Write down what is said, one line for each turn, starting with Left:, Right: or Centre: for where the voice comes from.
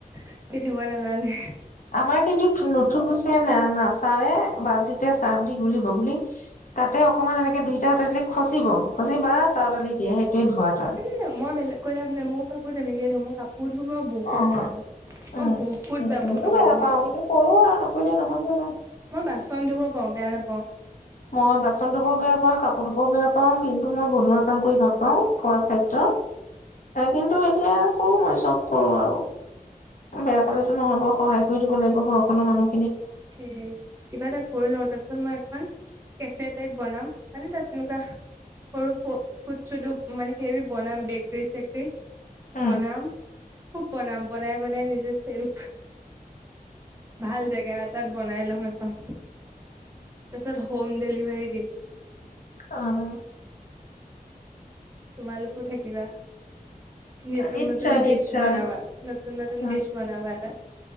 Right: সি ধুৱো নাজানে
Left: আমাৰ কিন্তু থু নুথুগুছ নে নাই না ছাৰে বাল্টিতে চাৰ্ফ দি গুলিব গুলি তাতে অকমান এনেকে দুইটা হাতে দি খচিব। সজীৱ বা চাউল ঢালি দিয়ে সেইটোৱে ধোৱা তাৰ।
Right: এহ মই বেলেগ, কৈ লাভ নাই মোয়ো কাপোৰ তেনেকেই ধোওঁ মোৰ কাপোৰ কাপোৰ ধুবো বহুত
Left: অ'
Right: বেয়া পাওঁ
Left: উম।
Right: মই বহুত বেয়া পাওঁ
Left: ময়ো
Right: কাপোৰ ধুই,
Left: পাওঁ কিন্তু কৰো আৰু নকৰিলে নহয় জানো।
Right: মই বাচন ধুব অ', বেয়া নাপাও।
Left: মই বাচন ধুবোও বেয়া পাও কাপোৰ ধুবোও বেয়া পাও কিন্তু মই বনোৱা কাম কৰি ভাল পাওঁ খোৱা খাদ্য, কিন্তু এতিয়া কৰো মই চব কৰো আৰু, বেয়া পালেতো নহব। সহায় কৰি দিব লাগিব ঘৰক। কোনো মানুহ
Right: সেই কিবা এটা কৰিলোও তাৰপিছত মই হয় কেফে টাইপ বনাম। মানে তাত এনেকুৱা, সৰু ফ ফুড চুডো মানে কিবা কিবি বনাম বেকৰী চেকৰী।
Left: আহ
Right: বনাম খুব বনাম বনাই বনাই নিজে চেল কৰি ভাল জেগাত তাত বনাই লোম এখন। তাৰপিছত হোম ডেলিভাৰীত দিম।
Left: অহ।
Right: তোমালোকো থাকিবা নতুন
Left: নিশ্চয়
Right: নতুন দেচ
Left: নিশ্চয়
Right: বনাৱা, নতুন নতুন
Left: অ
Right: দেচ বনাৱা তাত।